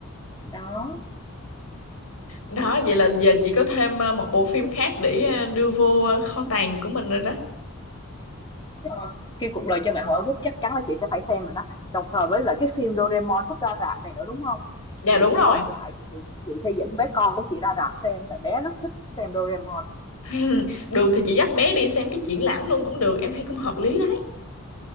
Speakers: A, on the left (about 20°); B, on the left (about 85°).
A: Đó.
B: Đó, vậy là giờ chị có thêm à, một bộ phim khác để à, đưa vô à, kho tàng của mình rồi đó.
A: Rồi. Khi cuộc đời cho bạn quả quýt chắc chắn là chị sẽ phải xem rồi đó. Đồng thời với lại cái phim Doraemon sắp ra rạp này nữa đúng không?
B: Dạ
A: Chị
B: đúng rồi.
A: sẽ nốt lại thì chị, chị sẽ dẫn bé con của chị ra rạp xem tại bé rất thích xem Doraemon.
B: <laughs> Được thì chị dắt bé đi xem cái triển lãm luôn cũng được, em thấy cũng hợp lý đấy.